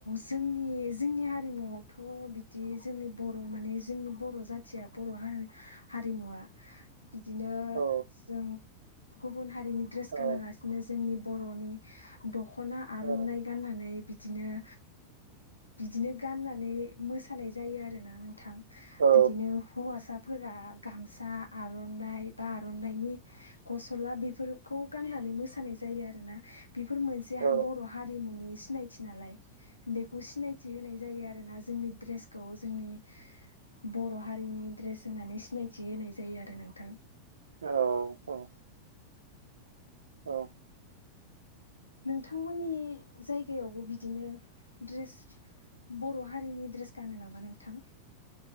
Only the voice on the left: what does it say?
जोंनि जोंनि हारिमुआवथ' बिदि जोंनि बर' माने जोंनि बर' जाथिया बर' हारि हारिमुवा बिदिनो
जों गुबुन हारिनि ड्रेस
गानालासिनो जोंनि बर'नि दख'ना आर'नाइ
गाननानै बिदि बिदिनो बिदिनो गाननानै मोसानाय जायो आरोना नोंथां
बिदिनो हौवासाफोरा गामसा आर'नाइ बा आर'नाइनि गस्ला बेफोरखौ गाननानै मोसानाय जायो आरोना बेफोर मोनसेहा
बर' हारिमुनि सिनायथि नालाय बेखौ सिनायथि होनाय जायो आरोना जोंनि ड्रेसखौ जोंनि बर' हारिनि ड्रेस होननानै सिनायथि होनाय जायो आरो नोंथां
नोंथांमोननि जायगायावबो बिदिनो ड्रेस बर' हारिनि ड्रेस गानो नामा नोंथां?